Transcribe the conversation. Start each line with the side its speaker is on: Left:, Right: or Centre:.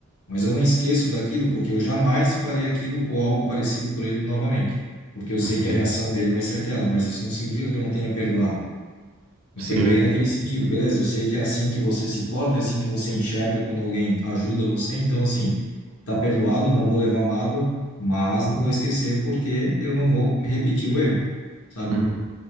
Left: Mas eu não esqueço daquilo porque eu jamais farei aquilo ou algo parecido por ele novamente. Porque eu sei
Right: uhum,
Left: que a reação dele vai ser aquela, mas isso não significa que eu não tenha perdoado. Eu
Right: sim,
Left: perdoei naquele sentido, beleza? Eu sei que é assim que você se porta, é assim que você enxerga quando alguém ajuda você. Então, assim, tá perdoado, não vou levar mágoa, mas não vou esquecer porque eu não vou repetir o erro, sabe?
Right: uhum,